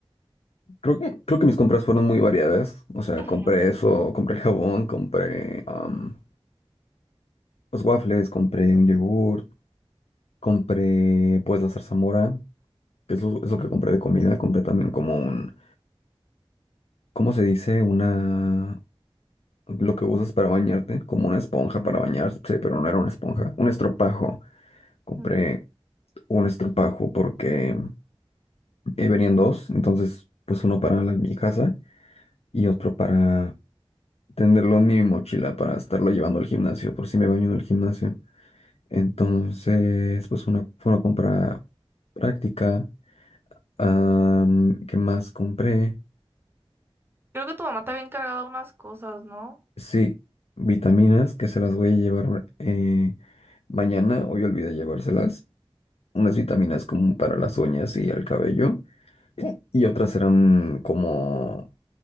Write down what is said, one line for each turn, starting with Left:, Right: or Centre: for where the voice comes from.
Left: Creo que, creo que mis compras fueron muy variadas. O sea,
Right: Ujú,
Left: compré eso, compré el jabón, compré am, los waffles, compré un yogurt, compré pues la zarzamora. que es lo, es lo que compré de comida. Compré también como un, ¿cómo se dice? Una, lo que usas para bañarte, como una esponja para bañarse, pero no era una esponja, un estropajo. Compré
Right: ujú.
Left: un estropajo porque eh, venían dos, entonces pues uno para la- mi casa y otro para tenerlo en mi mochila para estarlo llevando al gimnasio, por si me baño en el gimnasio. Entonces, pues una, fue una compra práctica. Am, ¿qué más compré?
Right: Creo que tu mamá te había encargado unas cosas, ¿no?
Left: Sí, vitaminas que se las voy a llevar eh, mañana. Hoy olvidé llevárselas. Unas vitaminas como para las uñas y el cabello. Y otras eran como,